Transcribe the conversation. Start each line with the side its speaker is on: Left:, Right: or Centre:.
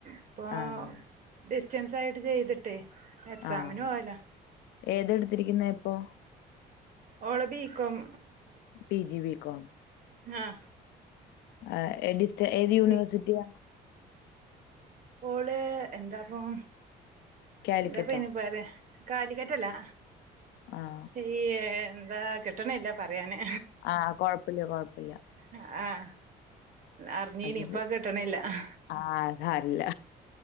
Right: ഇപ്പൊ
Left: ആഹ്
Right: ഡിസ്റ്റൻസ് ആയിട്ട് ചെയ്തിട്ട് ട്ടെ എക്സാമിന്
Left: ആഹ്
Right: പോവല
Left: ഏതാ എടുത്തിരിക്കുന്നെ ഇപ്പൊ
Right: ഓള BCom
Left: P G B Kom
Right: ആഹ്
Left: ആഹ് എടി ഏത് യൂണിവേഴ്സിറ്റിയ
Right: ബി ഓള് എന്താപ്പം
Left: കാലിക്കറ്റോ
Right: എന്താപ്പ അയ്നി പറ്യ കാലിക്കറ്റല്ലാ.
Left: ആഹ്
Right: ഈ എന്താ കിട്ട്ണ്ല്ല പറയാന്.
Left: ആഹ് കൊഴപ്പില്ല കൊഴപ്പില്ല.
Right: അഹ് ആഹ് അറിഞ്ഞീനി
Left: അ <unintelligible>
Right: ഇപ്പൊ കിട്ടണില്ല
Left: ആ അസാര്ല്ല